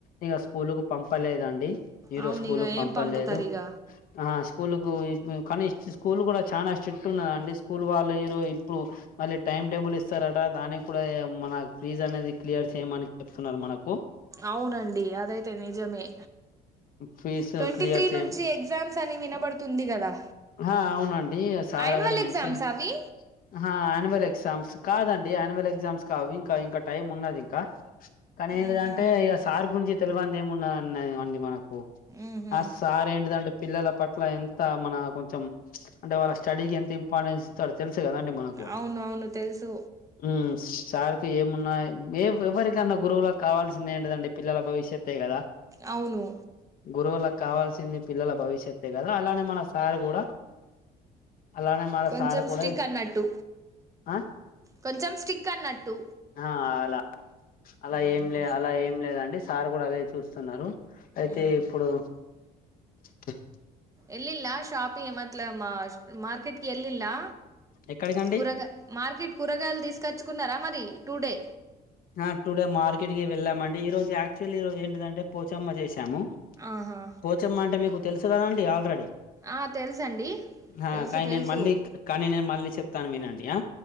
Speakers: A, on the left; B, on the right.
A: ఇగ స్కూలుకు పంపలేదండి ఈరోజ
B: అవును
A: స్కూల్కు
B: ఇగ ఏం
A: పంపలేదు
B: పంపుతారు ఇగ
A: ఆహా స్కూల్కు <unintelligible> కానీ ఇష్ట్ స్కూల్ కూడా చానా ఇష్ చిట్టున్నదండి స్కూల్ వాళ్ళు ఇరో ఇప్పుడు. మళ్ళీ టైం టేబుల్ ఇస్తారట దానికూడా ఈ మన ఫీజ్ అనేది క్లియర్ చేయమని చెప్తున్నారు మనకు
B: అవునండి అదైతే నిజమే
A: ఫీజు
B: ట్వంటీ
A: క్లియర్
B: త్రీ
A: చేయం
B: నుంచి ఎగ్జామ్స్ అని వినబడుతుంది కదా
A: ఆ అవునండి సార్
B: యాన్యువల్
A: ఆలె
B: ఎగ్జామ్స్
A: మెన్షన్
B: అవి
A: ఆహ్ అనవల్ ఎక్ ఎగ్జామ్స్ కాదండి యాన్యువల్ ఎగ్జామ్స్ కావు ఇంకా ఇంకా టైమ్ ఉన్నది ఇంకా కానీ ఏందిదాంటే
B: ఉహు
A: ఇగ సార్ గురించి తెలివన్ దెమ్మున నే అండి మనక్ ఓ
B: ఉహు
A: ఆ సార్ ఏంటిదంటే పిల్లల పట్ ట్లా ఎంత మన కొంచెం ప్చ్ అంటే వాళ్ళక్ స్టడీ కి ఎంత ఇంపార్టెన్స్తాడో తెల్స్ స్ గాదండి మనకు
B: అవునవును తెలుసు
A: ఊ మ్ సార్కి ఏమున్నా ఏవ్ ఎవరికన్నా గురువులకు కావాల్సింది ఏంటదండి పిల్లల భవిష్యత్తే కదా
B: అవును
A: గురువులకు కావాల్సింది పిల్లల భవిష్యతే గదా అలానే మన సారు గూడా అలానే మన
B: కొంచెం
A: సార్ కూడా
B: స్టిక్ అన్నట్టు
A: ఆ
B: కొంచెం స్టిక్ అన్నట్టు
A: ఆ అలా అలా
B: ఊహు
A: ఏం లే అలా ఏం లేదండి సార్ గూడా అదే చూస్తున్నారు అయితే
B: ఉమ్
A: ఇప్పుడు బ
B: ఎల్లిలా షాపింగ్ ఏమట్లే మా షా మార్కెట్కి ఎల్లిల్లా
A: ఎక్కడికండి
B: కూరగాయ్ మార్కెట్ కూరగాయల్ దిస్ కచుకున్నారా మరి టూ డే
A: ఆ టు డే మార్కెట్ కే వెళ్ళామండి. ఈ రోజు యాక్చువల్లీ ఈ రోజు ఏంటిదంటే పోచమ్మ జేసాము
B: ఆహా
A: పోచమ్మ అంటే మీ కు తెలుసు గదండి ఆల్రెడీ
B: ఆ తెలుసండి
A: హ
B: తెలుసు
A: కానీ
B: తెలుసు
A: నేను మళ్ళీ క కానీ నేను మళ్ళీ చెప్తాను వినండి ఆ